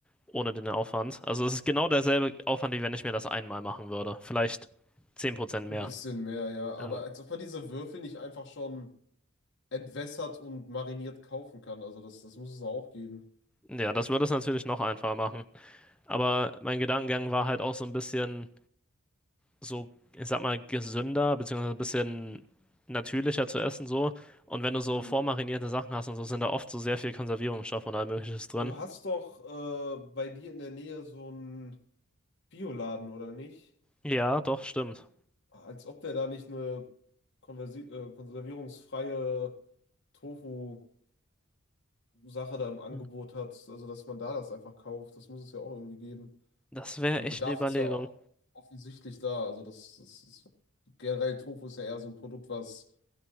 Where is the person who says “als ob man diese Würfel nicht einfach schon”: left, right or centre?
Left